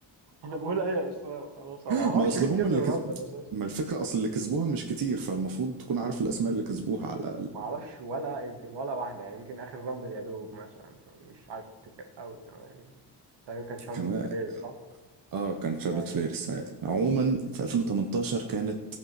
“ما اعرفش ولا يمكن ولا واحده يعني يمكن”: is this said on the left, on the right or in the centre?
Right